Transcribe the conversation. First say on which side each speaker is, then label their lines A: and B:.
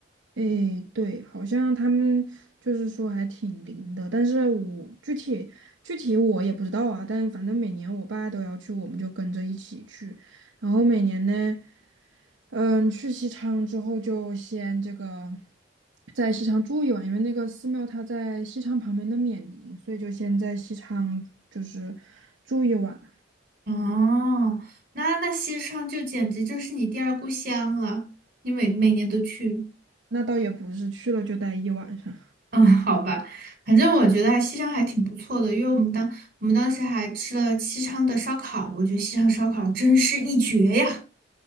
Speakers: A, on the right; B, on the right.
A: 诶，对，好像他们就是说还挺灵的，但是我具体具体我也不知道啊，但反正每年我爸都要去，我们就跟着一起去，然后每年呢，嗯，去西昌之后就先这个在西昌住一晚，因为那个寺庙它在西昌旁边的冕宁，所以就先在西昌就是住一晚，
B: 哦，那那西昌就简直就是你第二故乡了，你每每年都去。
A: 那倒也不是去了就待一晚上。
B: 嗯，好吧，反正我觉得还西昌还挺不错的，因为我们当我们当时还吃了西昌的烧烤，我觉得西昌烧烤真是一绝呀。